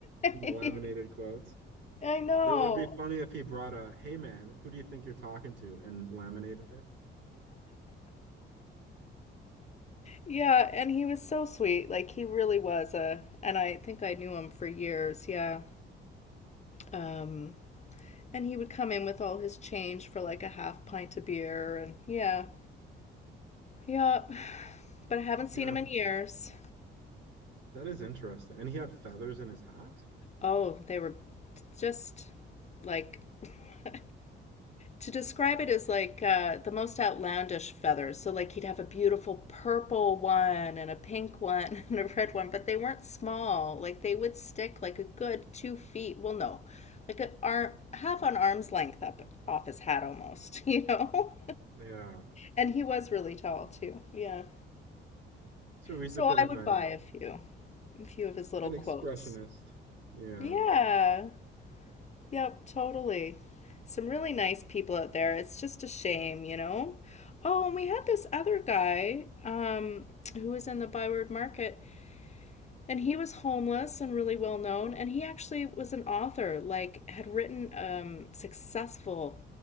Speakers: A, on the right; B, on the left.
A: laminated
B: I
A: quotes.
B: know.
A: It- It'd be funny if he brought a, "Hey man, who do you think you're talking to?" and laminated it.
B: Yeah, and he was so sweet. Like he really was a, and I think I knew him for years. Yeah. Um, and he would come in with all his change for like a half pint of beer, and yeah, yeah. <sighs> But I haven't
A: Yeah,
B: seen him in years.
A: that is interesting. And he had feathers in his hat?
B: Oh, they were just like <laughs> To describe it as like uh, the most outlandish feathers. So, like, he'd have a beautiful purple one and a pink one <laughs> and a red one, but they weren't small. Like, they would stick like a good two feet. Well, no, like a arm, half on arm's length up off his hat almost, <laughs> you know?
A: Yeah.
B: and he was really tall too. Yeah.
A: So he's
B: So
A: a bit of
B: I would
A: a
B: buy a few, a few of his little
A: an
B: quotes.
A: expressionist. Yeah.
B: Yeah. Yep, totally. Some really nice people out there. It's just a shame, you know? Oh, and we had this other guy um, who was in the Byward Market, and he was homeless and really well known, and he actually was an author, like, had written a um, successful